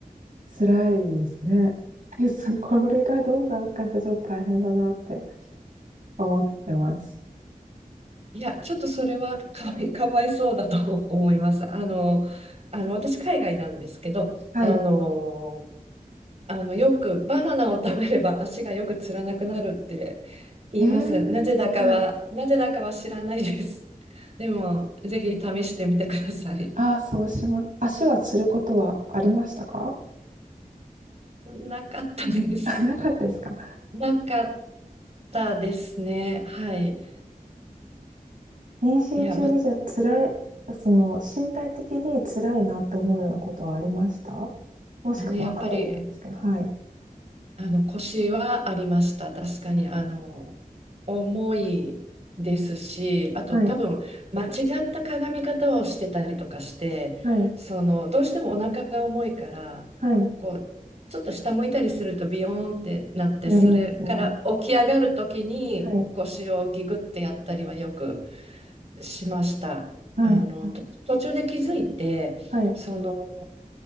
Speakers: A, on the right; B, on the right.
A: 辛いですね。え、そ <laughs> これがどんどん悪化してちょっと大変だなって思ってます。
B: いや、ちょっとそれはかわい、かわいそうだと思います。あの、あの、私、海外なんですけど、
A: はい。
B: あの、あの、よくバナナを食べれば足がよくつらなくなるって言います。
A: えー、
B: なぜだかは、
A: はい。
B: なぜだかは知らないです。<laughs> でも、ぜひ試してみてください。
A: ああ、そうします。足はつることはありましたか
B: なかったです。
A: あ、なかったですか
B: なかったですね。はい。
A: 妊娠中にじゃあ辛い、
B: いや、ま、
A: その身体的に辛いなって思うようなことはありましたもしくは後でもいいですけど、
B: あの、やっぱり
A: はい。
B: あの、腰はありました。確かに、あの、重いですし、あと多分、
A: はい。
B: 間違った鏡み方をしてたりとかして、
A: はい。
B: その、どうしてもお腹が重いから、
A: はい。
B: こう、ちょっと下向いたりするとビヨーンってなって、
A: なりますね。
B: それから起き上がるときに腰をギグってやったりはよく
A: はい。はい。
B: しました。
A: はい。
B: あの、と途中で気づいて、
A: はい。
B: その、